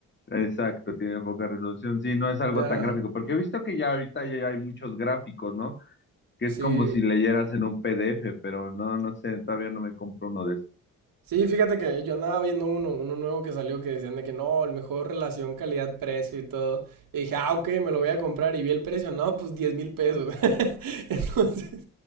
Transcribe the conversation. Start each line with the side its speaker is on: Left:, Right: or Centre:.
Left: Exacto, tiene poca resolución. Sí, no es algo
Right: Ya,
Left: tan gráfico, porque he visto que ya ahorita ya hay muchos gráficos, ¿no? que
Right: sí.
Left: es como si leyeras en un PDF, pero no, no sé, todavía no me compro uno de esos.
Right: Sí, fíjate que yo andaba viendo uno, uno nuevo que salió que decían de que no, el mejor relación calidad-precio y todo. Y dije, ah, ok, me lo voy a comprar. Y vi el precio, no, pues 10 mil pesos. <laughs> Entonces,